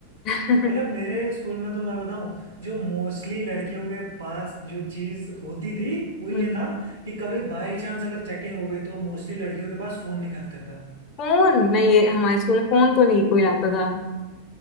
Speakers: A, on the left; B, on the right.
A: थी <laughs>
B: मतलब मेरे स्कूल में तो मैं बताऊं जो मोस्टली लड़कियों के पास जो चीज होती थी वो ये
A: हम्म।
B: था कि कभी बाई चांस अगर चेकिंग हो गई तो मोस्टली लड़कियों के पास फोन निकलते था
A: फोन नहीं ये हमारे स्कूल में फोन तो नहीं कोई लाता था